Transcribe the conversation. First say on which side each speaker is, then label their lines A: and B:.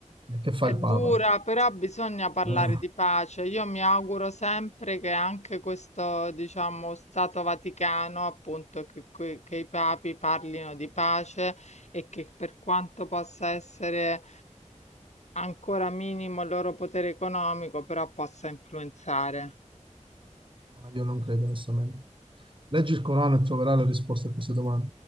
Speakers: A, on the right; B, on the left.
A: che fa
B: è
A: il
B: dura,
A: Papa?
B: però bisogna parlare
A: Eh,
B: di pace. Io mi auguro sempre che anche questo, diciamo, Stato Vaticano, appunto, che, que- che i papi parlino di pace e che per quanto possa essere ancora minimo il loro potere economico, però possa influenzare.
A: io non credo, onestamente. Leggi il Corano e troverai le risposte a queste domande.